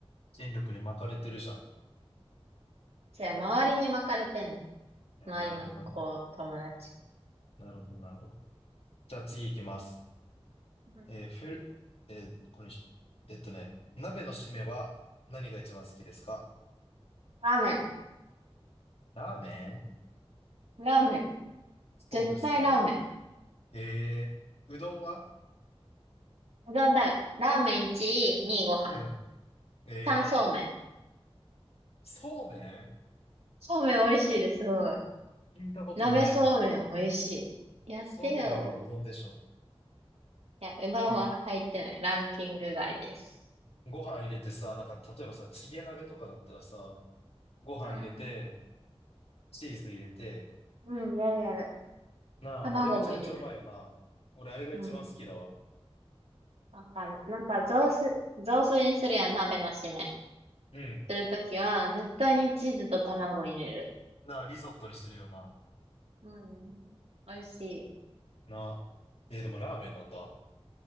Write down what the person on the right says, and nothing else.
じゃあ、周りに巻かれてんねん。
周りの子、
友達。
うん
ラーメン。
ラーメン。
絶対ラーメ
ン。うどんだめ。ラーメン1位、2位ご飯。
3そうめん。
そうめん美味しいです、すごい。
鍋そうめん美味しい。やってよ。
いや、うどんは入ってない。
ランキング外です。
うん。
うん、やるやる。
卵も入れる。
うん。わかる。なんか雑炊、雑炊にするやん、鍋の締め。
するときは、絶対にチーズと卵入れる。
うん。美味しい。